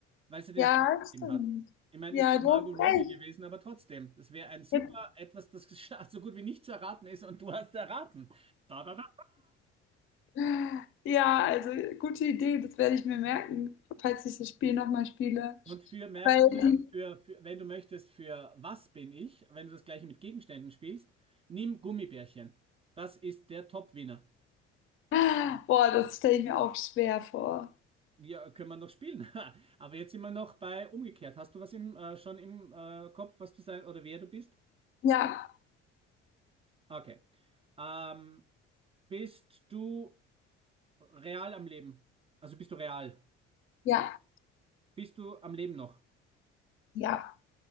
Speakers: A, on the right; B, on the left.
A: weil sie den
B: Ja,
A: Film gegeben
B: stimmt.
A: hat. Ich meine,
B: Ja,
A: ist zwar
B: du
A: Margot
B: hast
A: Robbie
B: recht.
A: gewesen, aber trotzdem. Das wäre ein super
B: Jetzt,
A: etwas, das <laughs> gesch- so gut wie nicht zu erraten ist und du hast erraten. Da, da, da.
B: <laughs> ja, also gute Idee, das werde ich mir merken, falls ich das Spiel nochmal spiele.
A: Und für, merk
B: Weil
A: dir,
B: die,
A: für, für, wenn du möchtest, für was bin ich, wenn du das gleiche mit Gegenständen spielst, nimm Gummibärchen. Das ist der Top-Winner.
B: <laughs> boah, das stelle ich mir auch schwer vor.
A: Ja, können wir noch spielen. <laughs> Aber jetzt sind wir noch bei umgekehrt. Hast du was im, äh, schon im äh, Kopf, was du sein oder wer du bist?
B: Ja,
A: Okay. Ähm, bist du Real am Leben. Also bist du real?
B: ja,
A: Bist du am Leben noch?
B: ja,